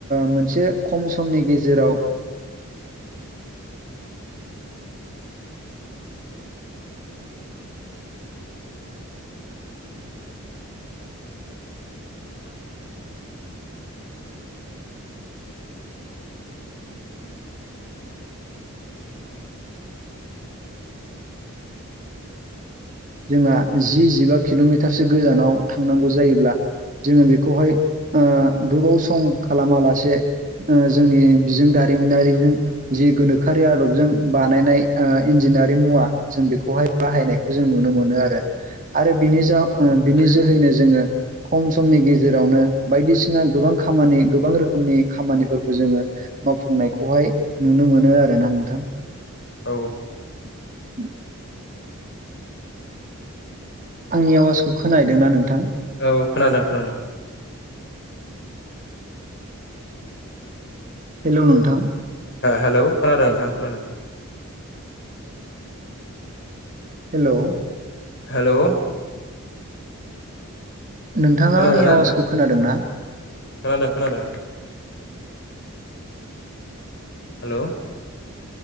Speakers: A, on the right; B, on the left.
A: मोनसे खम समनि गेजेराव
B: उ
A: जोंहा जि जिबा किल'मिटारसो गोजानाव थांनांगौ जायोब्ला जोङो बेखौहाय गोबाव सम खालामालासे जोंनि बिजों दारिमिनारिजों जि गोनोखोआरि आदबजों बानायनाय ओ इन्जिनारि मुवा जों बेखौहाय बाहायनाय नुनो मोनो आरो आरो बिनि जा ओ
B: औ
A: बिनि जा जोहैनो जोङो खम समनि गेजेरावनो बायदिसिना गोबां खामानि गोबां रोखोमनि खामानिफोरखौ जोङो मावफुंनायखौहाय नुनो मोनो आरोना नोंथां।
B: औ।
A: <inaudible> आंनि आवाजखौ खोनाहैदों ना नोंथां?
B: औ खोनादों खोनादों।
A: हेल' नोंथां
B: हेलौ खोनादों नोंथां खोनादों
A: हेल'
B: हेल'
A: नोंथाङा
B: खोनादोंना
A: आंनि आवाजखौ
B: नोंथां
A: खोनादों ना
B: खोनादों खोनादों हेल'